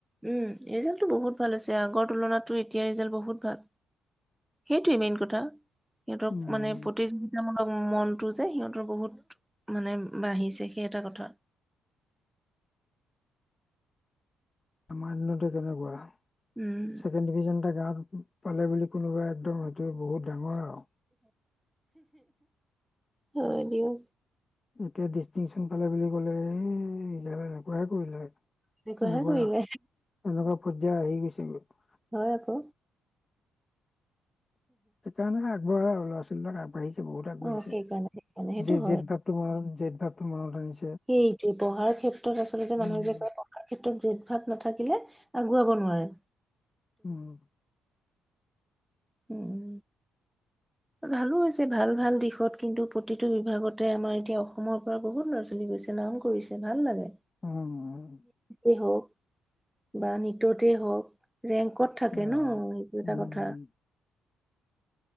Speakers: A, in the centre; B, on the left (about 25°).
A: উম ৰিজাল্টটো বহুত ভাল হৈছে, আগৰ তুলনাততো এতিয়া ৰিজাল্ট বহুত ভাল, সেইটোৱে মেইন কথা। সিহঁতক
B: উম,
A: মানে প্ৰতিযোগিতামূলক উম মনতটো যে, সিহঁতৰ বহুত মানে বাঢ়িছে, সেই এটা কথা।
B: আমাৰ দিনতে কেনেকুৱা
A: উম।
B: ছেকেণ্ড ডিভিজন এটা গাঁও পালে বুলি কোনোবা একদম এইটোৱে বহুত ডাঙৰ আৰু।
A: হয় দিয়ক।
B: এতিয়া ডিষ্টিংচন পালে বুলি ক'লে, এ ৰিজাল্ট এনেকুৱাহে কৰিলে। তেনেকুৱা
A: এনেকুৱাহে কৰিলে
B: এনেকুৱা পৰ্যায় আহি গৈছে। তেওঁলোক
A: হয় আকৌ।
B: <unintelligible> <unintelligible> ল'ৰা ছোৱালী বিলাক আগবাঢ়ি বহুত আগবঢ়িছে।
A: অ সেইকাৰণে সেইকাৰণে সেইটো
B: যে
A: হয়
B: যেদ ভাবটো মনত জেদভাৱ টো মনত আনিছে।
A: সেইটোৱে, পঢ়াৰ ক্ষেত্ৰত আচলতে
B: উম,
A: মানুহে যে কয়, পঢ়াৰ ক্ষেত্ৰত যে ভাৱ নাথাকিলে, আগুৱাব নোৱাৰি।
B: উম।
A: উম, ভালো হৈছে ভাল ভাল দিশত কিন্তু প্ৰতিটো বিভাগতে আমাৰ এতিয়া অসমৰ পৰা বহুত ল'ৰা ছোৱালী গৈছে, নাম কৰিছে, ভাল লাগে।
B: উম উম।
A: ই হওক, বা নিততে হওক। ৰেংকত থাকে
B: অ',
A: ন? এইটো এটা
B: উম,
A: কথা।